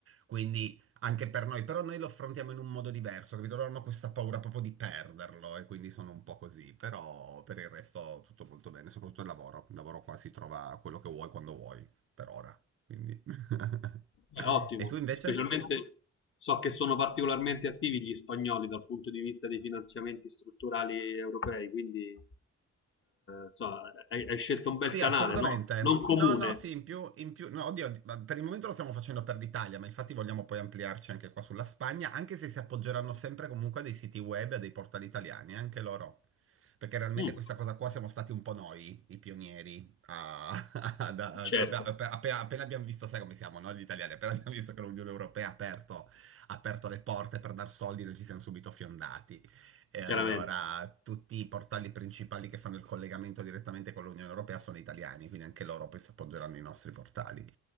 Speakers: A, on the right; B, on the left.
A: quindi anche per noi, però noi lo affrontiamo in un modo diverso, capito? Loro hanno questa paura proprio di perderlo e quindi sono un po' così, però per il resto tutto molto bene, soprattutto il lavoro, il lavoro qua si trova quello che vuoi quando vuoi, per ora, quindi... <laughs>
B: è ottimo.
A: E tu invece?
B: Specialmente so che sono particolarmente attivi gli spagnoli dal punto di vista dei finanziamenti strutturali europei, quindi eh, insomma, hai, hai scelto un
A: Sì,
B: bel canale,
A: assolutamente.
B: non, non comune.
A: No, no, sì, in più, in più, no, oddio, di- ma per il momento lo stiamo facendo per l'Italia, ma infatti vogliamo poi ampliarci anche qua sulla Spagna, anche se si appoggeranno sempre comunque a dei siti web e a dei portali italiani, anche loro. Perché realmente
B: Mm,
A: questa cosa qua siamo stati un po' noi, i pionieri, a- <laughs> ad- a-
B: certo,
A: a- appena, appena abbiamo visto, sai come siamo, no, Gli italiani, appena abbiamo visto che l'Unione Europea ha aperto, ha aperto le porte per dar soldi, noi ci siamo subito fiondati. E allora
B: chiaramente.
A: tutti i portali principali che fanno il collegamento direttamente con l'Unione Europea sono italiani, quindi anche loro poi si appoggeranno ai nostri portali.